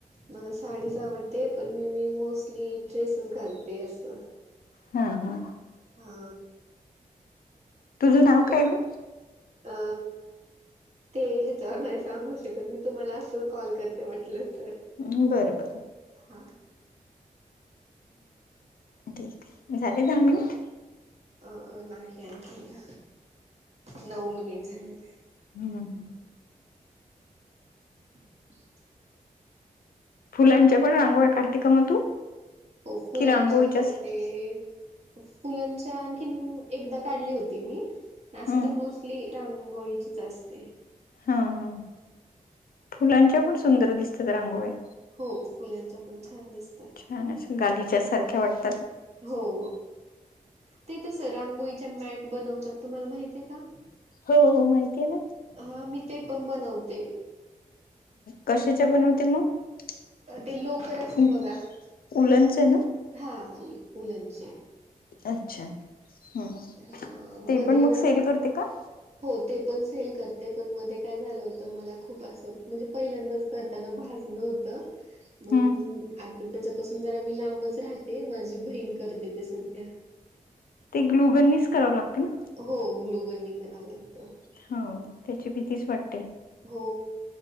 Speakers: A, on the right; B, on the left.
A: मला साडीच आवडते पण मी मोस्टली ड्रेसेस घालते असं.
B: हम हा.
A: हा.
B: तुझं नाव
A: आताच
B: काय ग?
A: अ ते ह्याच्यावर नाही सांगू शकत मी तुम्हाला असं कॉल करते वाटलं तर.
B: हम्म बर बरं.
A: हा.
B: ठीक आहे झाले दहा मिनिट.
A: अ नाही आणखी ना नऊ मिनिट झालेले.
B: हम्म ह.
A: <inaudible>
B: फुलांच्या पण रांगोळ्या काढते का मग तू?
A: होय फुलांच्या
B: कि रांगोळीच्याच?
A: काढते. फुलांच्या आणखीन एकदा काढली होती मी. असं
B: हम्म.
A: तर मोस्टली रांगोळीचीच असते.
B: हा ह फुलांच्या पण सुंदर दिसतात रांगोळ्या.
A: हो फुलांच्या पण छान दिसतात.
B: छ गादीच्या सारख्या वाट.
A: हो ते तस रांगोळीच्या मॅट. बनवतात तुम्हाला माहितय का?
B: हो हो माहिती आहे ना.
A: हा मी ते पण बनवते.
B: कशाच्या बनवते मग
A: ते लोकर असते बघा.
B: उलच ना.
A: हा उलनचे.
B: अच्छा हम्
A: हा
B: ते
A: मध्ये
B: पण मग
A: ना
B: सेल करते का?
A: हो ते पण सेल करते पण मध्ये काय झालं होतं मला खूप असं म्हणजे पहिल्यांदाच. करताना भाजलं होत म्हणून
B: हम्म.
A: मी तर त्याच्यापासून जरा मी लांबच राहते माझी बहीण करते ते सध्या
B: ते ग्लुगननीच करावं लागत ना
A: हो ग्लूगननी करावं लागतं.
B: हां त्याची भीतीच वाटते
A: हो